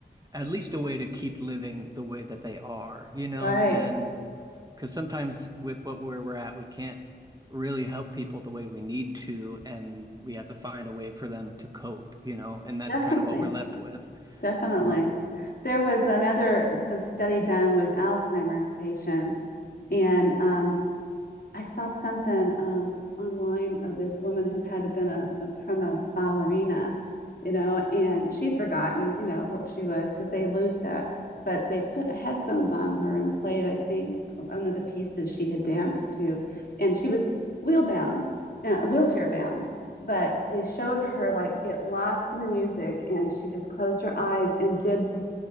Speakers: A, on the right (about 20°); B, on the left (about 55°).
A: at least a way to keep living the way that they are, you know?
B: right.
A: And because sometimes with what where we're at, we can't really help people the way we need to, and we have to find a way for them to cope, you know? And that's
B: Definitely,
A: kind of what we're left with.
B: definitely.
A: Um,
B: There was another some study done with Alzheimer's patients, and um, I saw something um, online of this woman who had been a, a prima ballerina, you know, and she'd forgotten, you know, what she was because they lose that. But they put headphones on her and played, I think, one of the pieces she had danced to, and she was wheel bound, uh, wheelchair bound. But they showed her like get lost in the music, and she just closed her eyes and did this,